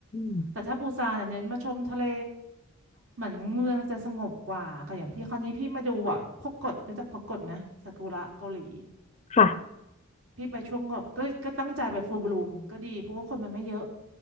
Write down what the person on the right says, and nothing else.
แต่ถ้าปูซานเน่ยเน้นมาชมทะเลเหมือนเมืองจะสงบกว่าค่ะอย่างพี่คราวนี้พี่มาดูว่าพกกดรู้จักพกกดไหมซากุระเกาหลี
พี่ไปช่วงแบบก็ก็ตั้งใจไปฟูลบลูมก็ดีเพราะว่าคนมันไม่เยอะ